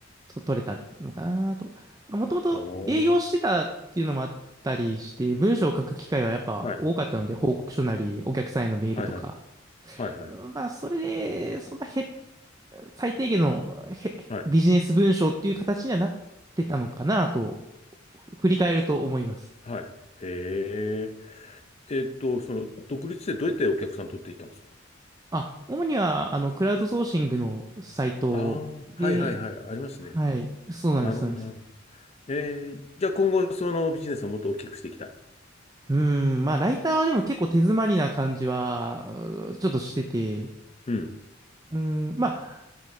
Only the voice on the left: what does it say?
おー、
はい、
はい、はい、はい、はい、
はい、
はい。へえ。えっと、その、独立でどうやってお客さん取っていったんですか
ああー、はいはいはい、ありますね。
なるほど、
なるほど。えー、じゃあ今後、そのビジネスをもっと大きくしていきたい。
うん。